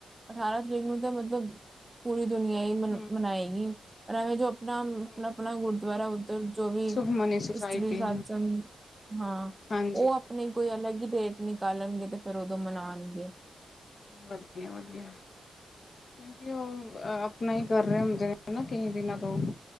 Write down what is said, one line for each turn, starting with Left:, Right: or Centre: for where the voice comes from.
Right: ਅਠਾਰਾਂ ਤਰੀਕ ਨੂੰ ਤਾਂ ਮਤਲਬ ਪੂਰੀ। ਦੁਨੀਆਂ ਹੀ ਮਨਾਏਗੀ।
Left: ਹਮ
Right: ਪਰ ਐਵੇਂ ਜੋ। ਆਪਣਾ
Left: ਹਾਂਜੀ
Right: ਆਪਣਾ ਗੁਰਦੁਆਰਾ ਉੱਧਰ ਜੋ ਵੀ
Left: ਸੁਖਮਨੀ ਸੁਸਾਇਟੀ
Right: ਇਸਤਰੀ ਸਤਸੰਗ ਹਾਂ
Left: ਹਾਂਜੀ
Right: ਉਹ ਆਪਣੀ ਕੋਈ ਅਲੱਗ ਹੀ ਡੇਟ। ਨਿਕਾਲਣਗੇ ਤੇ ਫਿਰ ਉਦੋਂ ਮਨਾਉਣਗੇ।
Left: ਵਧੀਆ ਵਧੀਆ ਕਿਉਂਕਿ ਉਹ ਆਪਣਾ ਹੀ ਕਰ ਰਹੇ ਹੁੰਦੇ ਨੇ ਹਨ ਨਾ ਕਈ ਦਿਨਾਂ ਤੋਂ